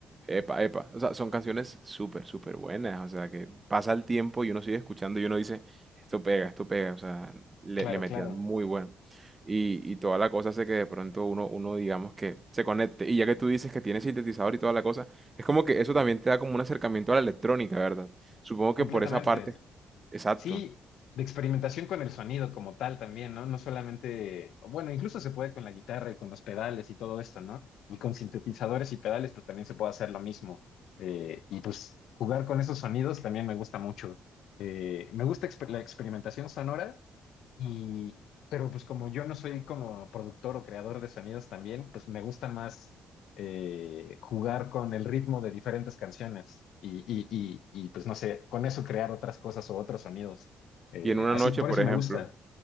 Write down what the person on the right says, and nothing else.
Epa, epa. O sea, son canciones súper, súper buenas. O sea, que pasa el tiempo y uno sigue escuchando y uno dice, esto pega, esto pega. O sea, le,
le metían
muy bueno. Y, y toda la cosa hace que de pronto uno, uno, digamos que se conecte. Y ya que tú dices que tiene sintetizador y toda la cosa, es como que eso también te da como un acercamiento a la electrónica, ¿verdad? Supongo
que por esa parte, exacto.
Y en una
noche,
por
ejemplo.